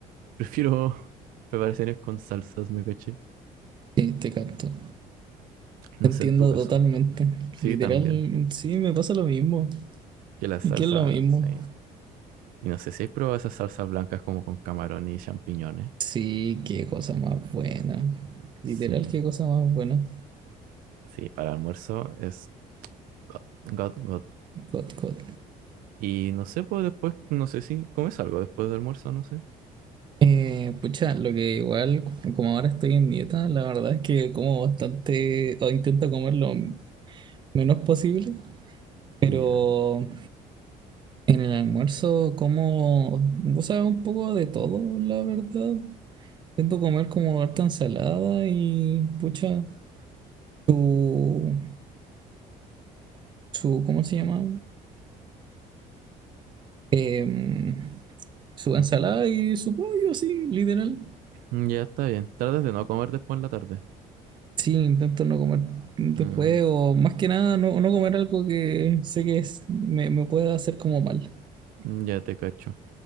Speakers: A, on the right; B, on the right.
A: prefiero <laughs> preparaciones con salsas, me caché.
B: Sí, te capto.
A: No
B: Te entiendo
A: sé en tu caso.
B: totalmente.
A: Sí,
B: Literal,
A: también.
B: sí, me pasa lo mismo.
A: Que la salsa,
B: ¿Y qué es lo mismo?
A: sí. Y no sé si he probado esas salsas blancas como con camarón y champiñones.
B: Sí, qué cosa más buena.
A: Sí,
B: Literal, qué cosa más buena.
A: sí, para almuerzo es God, God, God.
B: God, God.
A: Y no sé, pues después, no sé si comes algo después del almuerzo, no sé.
B: Eh, pucha, lo que igual, como ahora estoy en dieta, la verdad es que como bastante, o intento comer lo menos posible, pero
A: Ya,
B: en el almuerzo como, o sea, un poco de todo, la verdad. Intento comer como harta ensalada y, pucha, su, su, ¿cómo se llama? Em, su
A: ujú.
B: ensalada y su pollo, así, literal.
A: Ya está bien. Tratas de no comer después en la tarde.
B: Sí, intento no comer después
A: Ujú,
B: o más que nada no, no comer algo que sé que es- me, me pueda hacer como mal.
A: Ya te cacho.